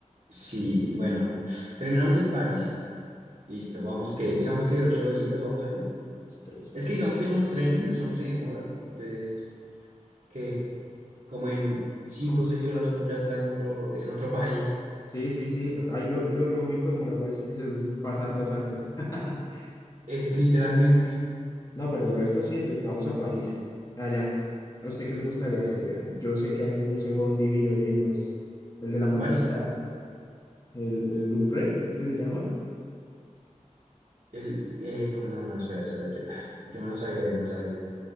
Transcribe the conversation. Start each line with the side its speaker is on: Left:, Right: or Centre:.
Right: Sí, bueno, terminamos en París. Listo, vamos que, digamos que ocho días, vamos ahí.
Left: Dos, tres, cuatro,
Right: Es que digamos
Left: cinco,
Right: que los
Left: seis.
Right: trenes, eso no se demora. Entonces, ¿qué? como en cinco
Left: ¿Cómo?
Right: o seis horas uno ya está en otro, en otro país.
Left: Sí, sí, sí, ahí lo, lo, lo único demorado es, es pasar los Alpes. <laughs>
Right: Es literalmente
Left: No, pero de resto sí, entonces vamos a París, allá. ¿A usted qué le gustaría hacer? Vea, yo sé que hay un museo divino, divino, es el de la Mona
Right: en París.
Left: Lisa, el, el Louvre, ¿es que se llama?
Right: El, eh, como, no, no, espera, espera, yo, <laughs> <sighs> yo me lo sabía, yo me lo sabía.